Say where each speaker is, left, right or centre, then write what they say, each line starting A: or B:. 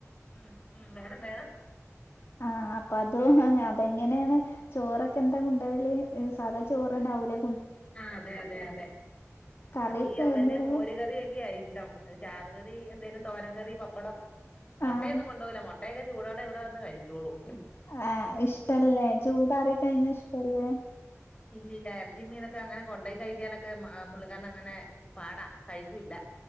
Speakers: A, on the left; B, on the left.
A: ഉം ഉം വേണം വേണം
B: ആ അപ്പൊ അതോ അതെങ്ങനെണ് ചോറൊക്കെ എന്താ കൊണ്ടവല്? ങ് സാധാ ചോറ് ആവും ലെ?
A: ആ അതെ അതെ അതെ
B: കറിയൊക്കെ
A: അതീ അവന്
B: എന്തായിരുന്നു
A: മോര് കറിയൊക്കെ ഇഷ് <unintelligible> ചാറുകറി എന്തേലും തോരംകറി പപ്പടം മൊട്ടയൊന്നും
B: ആഹ്
A: കൊണ്ടവൂല മോ ട്ടയൊക്കെ ചൂടോടെ ഇവിടെ വന്ന് കഴിച്ചോളും
B: ആഹ് ഇഷ്ടല്ലെ? ചൂടാറി കഴിഞ്ഞ ഇഷ്ടല്ലെ?
A: ഇല്ല ഇല്ല ഇറച്ചി മീനൊക്കെ അങ്ങനെ കൊണ്ടോയി കഴിക്കാനൊക്കെ ആ പുള്ളിക്കാരൻ അങ്ങനെ പാടാ കഴിക്കൂല്ല.